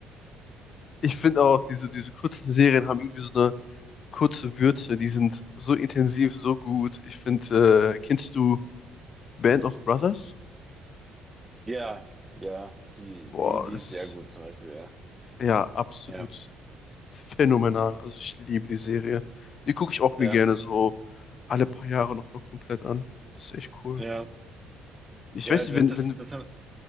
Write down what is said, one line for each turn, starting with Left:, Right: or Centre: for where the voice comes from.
Left: Ich finde auch, diese, diese kurzen Serien haben irgendwie so eine kurze Würze, die sind so intensiv, so gut. Ich finde, äh, kennst du Band of Brothers?
Right: Ja, ja, die,
Left: Boah,
Right: die, die
Left: das
Right: ist
Left: ist
Right: sehr gut zum Beispiel, ja.
Left: ja absolut
Right: Ja,
Left: phänomenal. Also ich liebe die Serie. Die gucke ich auch mir
Right: ja,
Left: gerne so alle paar Jahre nochmal komplett an. Das ist echt cool.
Right: ja,
Left: Ich
Right: ja,
Left: weiß
Right: da-
Left: nicht, wenn,
Right: das,
Left: wenn,
Right: das, haben.